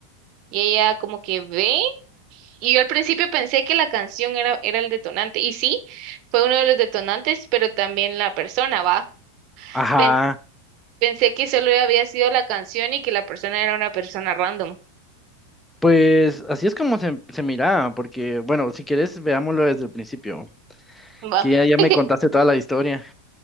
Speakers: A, on the right; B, in the centre.
A: y ella como que ve. Y yo al principio pensé que la canción era, era el detonante, y sí, fue uno de los detonantes, pero también la persona, ¿va?
B: Ajá.
A: Pens- pensé que solo había sido la canción y que la persona era una persona random,
B: Pues así es como se, se miraba, porque, bueno, si quieres, veámoslo desde el principio,
A: ¿va?
B: que ya,
A: <laughs>
B: ya me contaste toda la historia.